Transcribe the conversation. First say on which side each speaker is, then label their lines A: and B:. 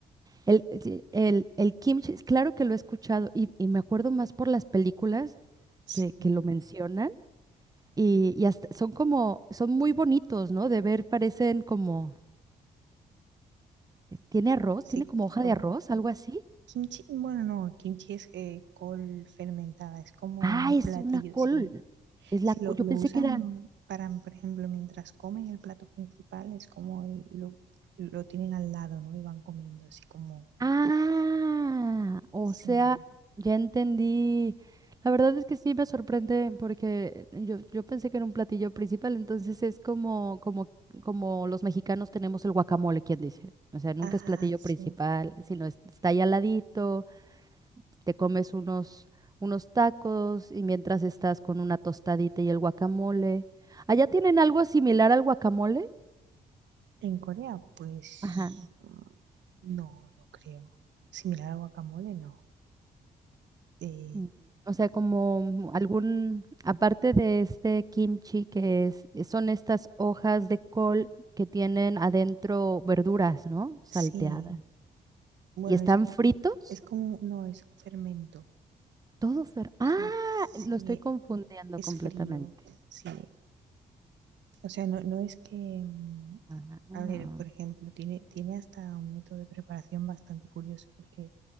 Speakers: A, on the right (about 20°); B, on the right (about 65°).
A: el, sí, el, el kimchi, claro que lo he escuchado y, y me acuerdo más por las películas
B: sí,
A: que, que lo mencionan Y, y hasta- son como, son muy bonitos, ¿no? De ver, parecen como, ¿tiene arroz?
B: sí,
A: ¿Tiene como hoja
B: como
A: de arroz? ¿Algo así?
B: kimchi. Bueno, no, kimchi es eh, col fermentada, es como
A: Ah,
B: un
A: es
B: platillo.
A: una col.
B: Si,
A: Es
B: si
A: la, col-
B: lo,
A: yo
B: lo
A: pensé
B: usan
A: que era.
B: para, por ejemplo, mientras comen el plato principal, es como el- lo, lo tienen al lado, ¿no? Y van comiendo así como...
A: Ah, o
B: Sí.
A: sea, ya entendí. La verdad es que sí me sorprende porque yo, yo pensé que era un platillo principal, entonces es como, como, como los mexicanos tenemos el guacamole, ¿quién dice? O sea, nunca
B: Ah,
A: es platillo
B: sí.
A: principal, sino es- está ahí al ladito. te comes unos, unos tacos y mientras estás con una tostadita y el guacamole. ¿Allá tienen algo similar al guacamole?
B: En Corea, pues
A: Ajá.
B: mm, no, no creo. Similar al guacamole, no. Eh,
A: Mm. O sea, como algún, aparte de este kimchi que es, eh, son estas hojas de col que tienen adentro verduras, ¿no? Salteadas.
B: sí, bueno,
A: ¿Y están
B: es como,
A: fritos?
B: es como, no, es un fermento.
A: Todo fer... Ah,
B: O sea, sí
A: lo estoy confundiendo
B: es
A: completamente.
B: frío, sí. O sea, no, no es que, mm,
A: Ah,
B: a ver, por ejemplo, tiene, tiene hasta un método de preparación bastante curioso porque